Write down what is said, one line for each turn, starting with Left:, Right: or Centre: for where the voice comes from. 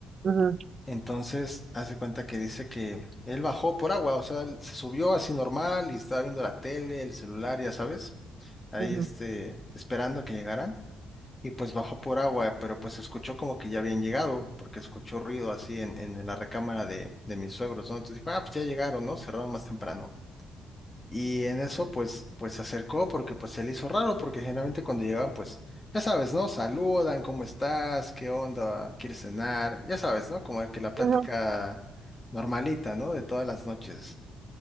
Right: Ujú,
Left: Entonces, hace cuenta que dice que él bajó por agua, o sea, él se subió así normal y estaba viendo la tele, el celular, ya sabes, ahí
Right: ujú,
Left: este, esperando a que llegaran. Y pues bajó por agua, pero pues escuchó como que ya habían llegado, porque escuchó ruido así en, en la recámara de, de mis suegros, ¿no? Entonces dijo, ah, pues ya llegaron, ¿no? Cerraron más temprano. Y en eso, pues, pues se acercó porque pues se le hizo raro, porque generalmente cuando llegan, pues, ya sabes, ¿no? Saludan, ¿cómo estás? ¿Qué onda? ¿Quieres cenar? Ya sabes, ¿no? Como que la plática
Right: ujú.
Left: normalita, ¿no? De todas las noches.